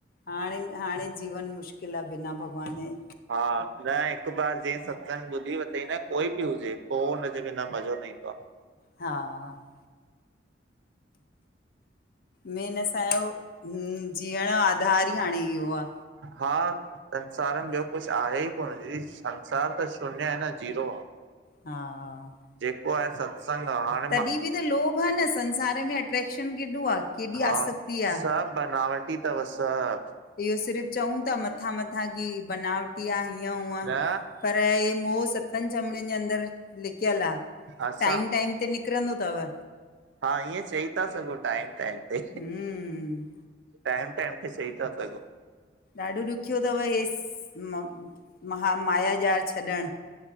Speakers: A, on the left (about 50°); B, on the right (about 75°).
A: हाणे हाणे जीवन मुश्किलु आ बिना भॻवान जे।
B: हा न हिकु बार जीं सत्संग ॿुधी वथईं न कोई बि हुजे पोइ हुन जे बिना मज़ो न ईंदो आ।
A: हा -- मेन असांजो जीअण जो आधार ई हाणे इहो आ।
B: हा -- संसार में ॿियो कुझु आहे ई कोन संसार त शून्य आहे न जीरो आ।
A: हा हा --
B: जेको आहे सभु। संगा हा --
A: तॾहिं बि त लोभ आ न संसार में अट्रेक्शन केॾो आ। केॾी
B: हा
A: आसक्ति आ।
B: सभ बनावटी अथव सभ।
A: इहो सिर्फ़ु चऊं था मथां मथां की बनावटी आ हीअं हुअं
B: न
A: -- पर हे मोह सतन झमड़िनि जे अंदर लिकियल आ,
B: असां
A: टाइम टाइम ते निक् निकरंदो तव।
B: हा ईंएं चई ता सघो, टाइम टाइम ते।
A: हम्म
B: टैम टैम ते चई ता सघो।
A: ॾाढो ॾुखियो तव, हे स् महा मायाॼार छॾण।